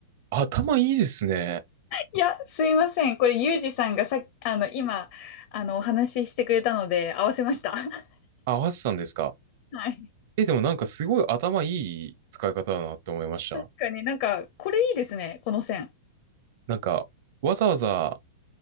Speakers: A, on the right (about 50°); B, on the left (about 45°).
A: 頭いいですね。
B: いや、すいません。これ、ユージさんがさっき、あの、今、あの、お話ししてくれたので、合わせました。<laughs>
A: あ合わせたんですか。
B: はい。
A: え、でもなんかすごい頭いい使い方だなって思いました。
B: 確かになんか、これいいですね、この線。
A: なんか、わざわざ